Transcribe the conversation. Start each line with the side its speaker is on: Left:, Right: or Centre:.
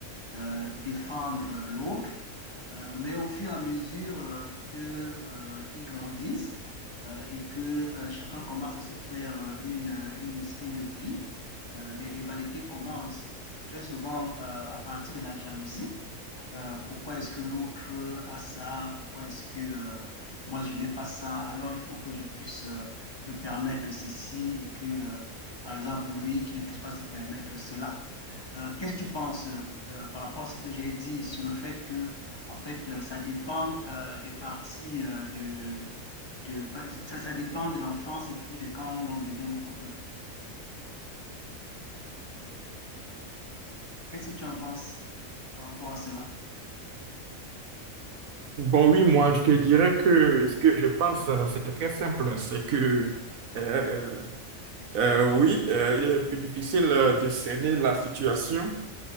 Left: euh, défendre euh, l'autre. Euh, mais au fur et à mesure euh, que euh, ils grandissent euh, et que euh, chacun commence à se faire euh, une, euh, une, une vie, euh, les rivalités commencent très souvent euh, à partir de la jalousie. Euh, pourquoi est-ce que l'autre a ça? Pourquoi est-ce que euh, moi je n'ai pas ça? Alors il faut que je puisse euh, me permettre ceci et que, euh, par exemple, lui qui ne puisse pas se permettre cela. Euh, qu'est-ce que tu penses euh, euh, par rapport à ce que j'ai dit sur le fait que, en fait, euh, ça dépend euh, des parties euh, de, de, ça ça dépend de l'enfance et puis de quand l'on devient beaucoup plus grand. Qu'est-ce que tu en penses par rapport à cela?
Right: Bon, oui, moi, je te dirais que ce que je pense, euh, c'est très simple. C'est que, euh, euh, oui, euh, il est un peu difficile euh, de cerner la situation.